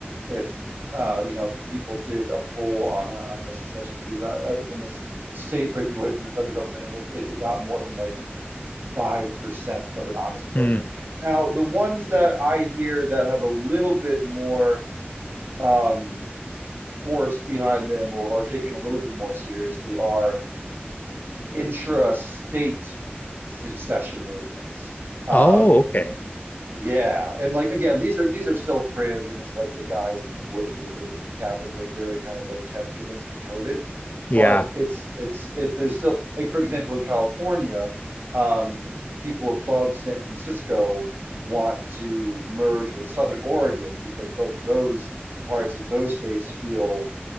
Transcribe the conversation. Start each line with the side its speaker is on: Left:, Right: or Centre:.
Right: if uh you know people did a poll on a, on a secessionist move out, uh, from a s- state breaking away from the federal government and if, if it got more than like 5% of an honest brokering.
Left: Hmm.
Right: Now, the ones that I hear that have a little bit more um, force behind them or are taken a little bit more seriously are intra-state succession movements. Um,
Left: Oh, okay.
Right: yeah, and like again, these are these are still fringe, and it's like the guys in the woods with with the cabins, like very kind of like Ted Kaczynski coded.
Left: Yeah.
Right: But it's it's it. There's still like for example in California, um, the people above San Francisco want to merge with Southern Oregon because both of those parts of those states feel